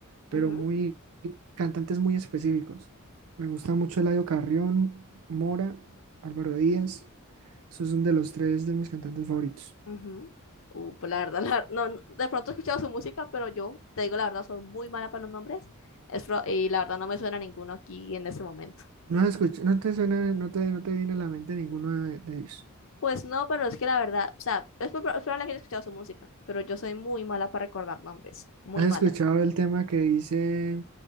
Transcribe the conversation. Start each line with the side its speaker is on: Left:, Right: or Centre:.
Right: pero
Left: ujú.
Right: muy cantantes muy específicos. Me gusta mucho Eladio Carrión, Mora, Álvaro Díaz. Esos son de los tres de mis cantantes favoritos.
Left: Ujú. Uh, pues la verdad, la- ver- no, no, de pronto he escuchado su música, pero yo, te digo la verdad, soy muy mala para los nombres es pro- y la verdad no me suena ninguno aquí en ese momento.
Right: No has escuchado, no te suena, no te, no te viene a la mente ninguno de, de ellos.
Left: Pues no, pero es que la verdad, o sea, es proba- es probable que haya escuchado su música, pero yo soy muy mala para recordar nombres, muy
Right: ¿Has
Left: mala.
Right: escuchado el tema que dice